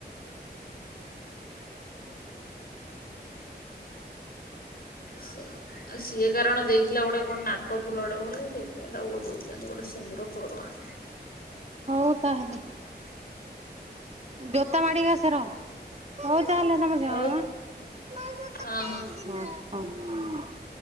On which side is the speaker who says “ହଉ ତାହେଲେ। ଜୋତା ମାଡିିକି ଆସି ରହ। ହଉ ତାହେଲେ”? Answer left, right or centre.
Right